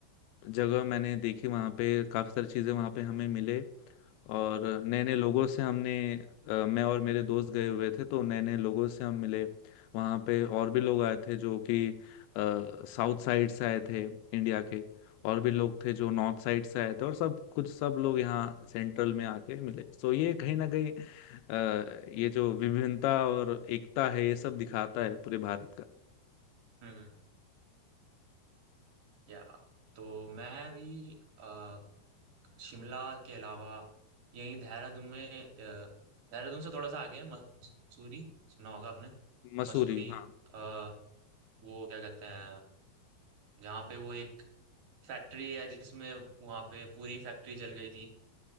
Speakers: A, on the left (about 80°); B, on the right (about 65°).
A: जगह मैंने देखी वहाँ पे काफ़ी सारी चीज़ें वहाँ पे हमें मिले और नए नए लोगों से हमने अ, मैं और मेरे दोस्त गए हुए थे तो नए नए लोगों से हम मिले वहाँ पे और भी लोग आए थे जो कि अ, साउथ साइड से आए थे इंडिया के और भी लोग थे जो नॉर्थ साइड से आए थे और सब कुछ सब लोग यहाँ सेंट्रल में आके मिले तो ये
B: हम्म,
A: कहीं ना कहीं अ, ये जो विभिन्नता और एकता है ये सब दिखाता है पूरे भारत का
B: हम्म, या तो मैं भी अ, शिमला के अलावा यही देहरादून में अ, देहरादून से थोड़ा सा आगे है मसूरी सुना होगा आपने
A: मसूरी
B: मसूरी
A: हाँ
B: अ, वो क्या कहते हैं जहाँ पे वो एक फैक्ट्री है जिसमें वहां पे पूरी फैक्ट्री जल गई थी